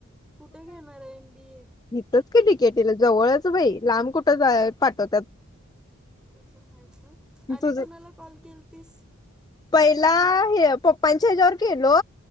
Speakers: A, in the centre; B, on the left (about 20°).
A: कुठे घेणार आहे एम बी ए
B: इथच की डीकेटीला जवळचं बाई लांब कुठं जायचं पाठवतात
A: ते तर आहेच हं. आणि
B: तुझ
A: कुणाला कॉल केलतीस
B: पहिला पप्पांच्या ह्याच्यावर केलो